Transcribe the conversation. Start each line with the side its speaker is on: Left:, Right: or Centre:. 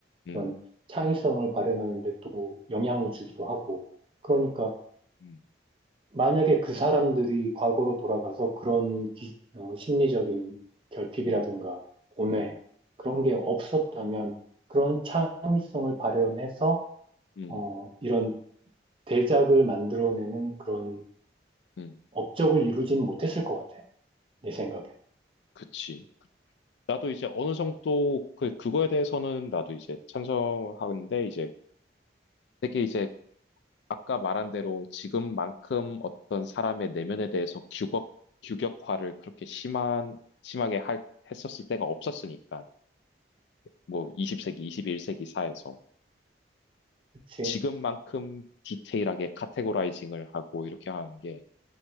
Left: 음,
Right: 이런 창의성을 발현하는데 또 영향을 주기도 하고. 그러니까
Left: 음,
Right: 만약에 그 사람들이 과거로 돌아가서 그런 기- 어, 심리적인 결핍이라든가
Left: 음,
Right: 고뇌
Left: 음,
Right: 그런
Left: 음,
Right: 게 없었다면 그런 창의성을
Left: 음,
Right: 발현해서
Left: 음,
Right: 어, 이런 대작을 만들어내는 그런
Left: 음.
Right: 업적을 이루지는 못했을 것 같아. 내 생각에.
Left: 그치. 나도 이제 어느 정도 그, 그거에 대해서는 나도 이제 찬성하는데 이제 되게 이제 아까 말한 대로 지금만큼 어떤 사람의 내면에 대해서 규격, 규격화를 그렇게 심한, 심하게 할, 했었을 때가 없었으니까 뭐 20세기, 21세기 사회에서
Right: 그치?
Left: 지금만큼 디테일하게 카테고라이징을 하고 이렇게 하는 게